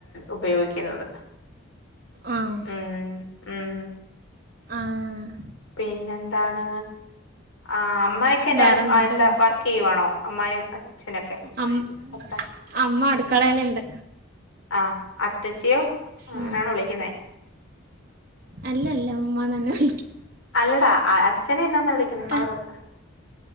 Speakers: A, on the left (about 80°); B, on the right (about 45°).
A: ഉപയോഗിക്കുന്നത്.
B: ആഹ്
A: ഉം ഉം
B: ആഹ്
A: പിന്നെന്താണ് ആ അമ്മ. ക്കെ എന്നായെടു
B: വേറെ എന്തുണ്ട്
A: എന്താ വർക്ക് ചെയ്യുവാണോ അമ്മായും അച്ഛനൊക്കെ
B: അമ്മ
A: മൂത്ത
B: അമ്മ അടുക്കളയിലിണ്ട്.
A: ആ അത്തച്ചിയോ അങ്ങനെയാണ്
B: ആ
A: വിളിക്കുന്ന.
B: അല്ല അല്ല ഉമ്മനന്നെ വിളിക്ക.
A: അല്ലടാ അച്ഛനെ എന്നാന്നാ വിളിക്കുന്ന ഫാദർ
B: ആ
A: നൊ.